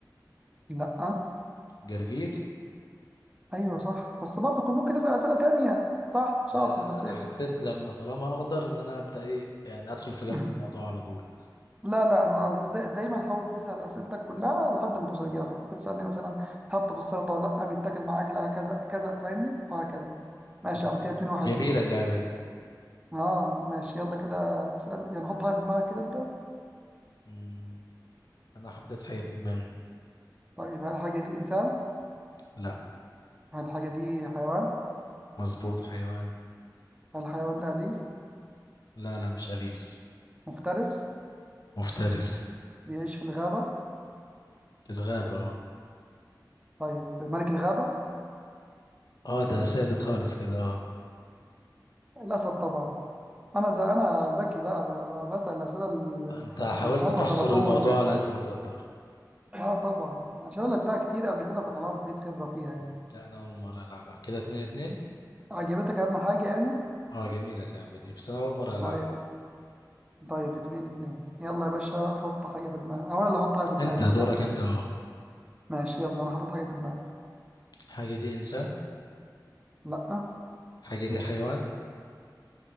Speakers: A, on the right; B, on the left.
A: لا
B: جرجير
A: أيوه صح بس برضه كنت ممكن تسأل أسئلة تانية صح شاطر
B: لا لا
A: بس
B: انا حسيت لما طالما اخضر ان انا ابدا ايه يعني ادخل في
A: <laughs>
B: قلب الموضوع على طول
A: لا لا انا قصدي دا- دايما حاول تسال اسئلتك كلها لحد ما توصل اجابه كنت ممكن تسالني مثلا تحط في السلطه ولا لا بيتاكل مع اكله كذا كذا فاهمني وهكذا ماشي
B: مم.
A: يا عم كده 2 1
B: جميلة
A: ليك
B: اللعبة دي
A: اه ماشي يلا كده اسال يعني حط حاجه في دماغك كده انت
B: مم، انا حطيت حاجة في دماغي
A: طيب هل الحاجه دي انسان
B: لا
A: هل الحاجه دي حيوان
B: مظبوط حيوان
A: هل الحيوان ده اليف
B: لا لا مش أليف
A: مفترس
B: مفترس
A: بيعيش في الغابه
B: في الغابة
A: طيب ملك الغابه
B: اه ده سالت خالص كده اه
A: <laughs> الاسد طبعا انا زي انا ذكي بقى ب- ب- بسال الاسئله اللي
B: انت حاولت
A: تخلص
B: تحصر
A: على طول
B: الموضوع على قد ما تقدر
A: اه طبعا عشان انا لعبتها كتير قبل كده فخلاص بقيت خبرة فيها يعني
B: مم. لا انا اول مرة العبها كده اتنين اتنين
A: عجبتك اهم حاجة يعني
B: اه جميلة اللعبة دي بس انا اول مرة العبها
A: طيب طيب اتنين اتنين يلا يا باشا حط حاجة في دماغك او انا اللي احط حاجة في دماغي
B: انت
A: بقى
B: دورك
A: صح
B: انت اه
A: ماشي يلا انا حطيت حاجة في دماغي
B: الحاجة دي انسان
A: لا
B: الحاجة دي حيوان